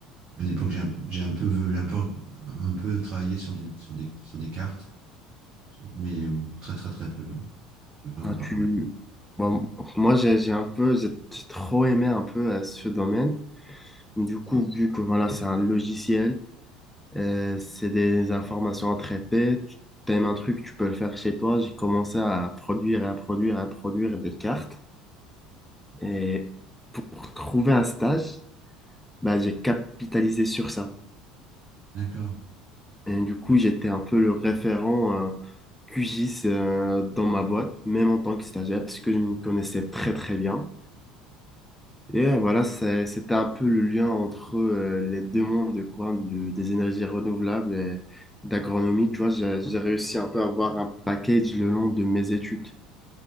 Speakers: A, on the right; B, in the centre.
A: à une époque, j'ai un, j'ai un peu, un peu, un peu travaillé sur des, sur des, sur des cartes, sur, mais euh, très, très, très peu. hein. Je suis vraiment
B: Ben,
A: pas.
B: tu... bon, moi, j'ai j'ai un peu, j'ai trop aimé un peu euh, ce domaine. Du coup, vu que voilà, c'est un logiciel, euh, c'est des informations à traiter, tu aimes un truc, tu peux le faire chez toi. J'ai commencé à produire et à produire et à produire des cartes. Et pour trouver un stage, bah, j'ai capitalisé sur ça.
A: D'accord,
B: Et du coup, j'étais un peu le référent euh, QGIS euh, dans ma boîte, même en tant que stagiaire, parce que je me connaissais très très bien. Et euh, voilà, c'est- c'était un peu le lien entre euh, les deux mondes, quoi, de- des énergies renouvelables et d'agronomie. Tu vois, j'ai j'ai réussi un peu à avoir un package le long de mes études.